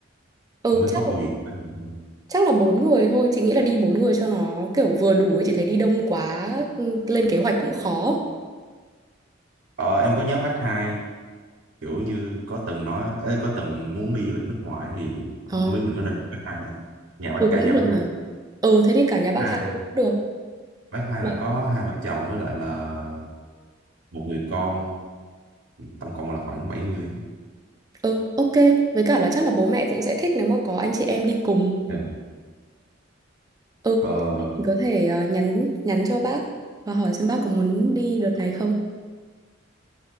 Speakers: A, on the right; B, on the right.
A: Ừ
B: không biết
A: chắc
B: có cô
A: là,
B: gì bác mình không?
A: chắc là bốn người thôi Chị nghĩ là đi bốn người cho nó kiểu vừa đủ ấy Chị thấy đi đông quá ừ, lên kế hoạch cũng khó
B: Ờ, em có nhớ bác hai kiểu như có từng nói ê, có từng muốn đi du lịch nước ngoài thì không
A: Ờ
B: biết mình có nên bác hai không? Nhà bác
A: Ừ
B: cả
A: cũng
B: nhà
A: được
B: bác
A: nhỉ
B: hai.
A: Ừ thế thì cả nhà bác
B: Hai
A: hai luôn cũng được
B: bác hai
A: Mà-
B: là có hai vợ chồng với lại là một người con tổng cộng là khoảng bảy người
A: Ừ ok Với cả là chắc là bố mẹ cũng sẽ thích nếu mà có anh chị em đi cùng
B: ừ.
A: Ừ
B: ờ,
A: mình có thể ờ, nhắn nhắn cho bác Và hỏi xem bác có muốn đi đợt này không